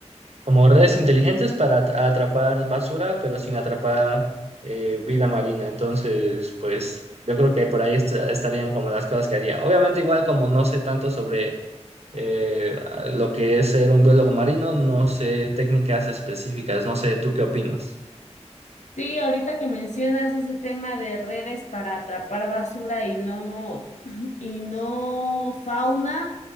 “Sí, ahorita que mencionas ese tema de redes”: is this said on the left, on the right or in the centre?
Left